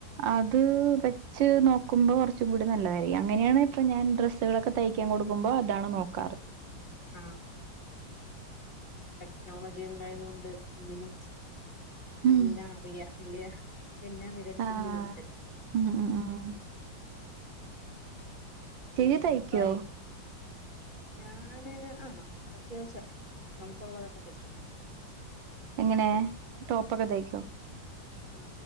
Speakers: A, on the right (about 75°); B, on the left (about 25°).
A: അ ത് വെച്ച് നോക്കുമ്പോ കുറച്ചു കൂടി നല്ലതായിരിക്കും അങ്ങനെയാണ് ഇപ്പം ഞാൻ ഡ്രസ്സുകളൊക്കെ തയ്ക്കാൻ കൊടുക്കുമ്പോൾ അതാണ് നോക്കാറ്
B: ആ ടെക്നോളജി ഉണ്ടായത് കൊണ്ട് ഇങ്ങനെ
A: ഉം
B: എല്ലാം അറിയാം അല്ലെ എല്ലാം വിരൽത്തുമ്പിലുണ്ട്
A: ആഹ് ഉം ഉം ഉം ചേച്ചി
B: പിന്നെ
A: തയ്ക്കോ
B: ട്രൈ ഞാന് ആ നമ്മൾ അത്യാവശ്യം നമുക്കുള്ളതൊക്കെ തയ്ക്കും
A: എങ്ങനെ ടോപ്പൊക്കെ തയ്ക്കോ
B: ആ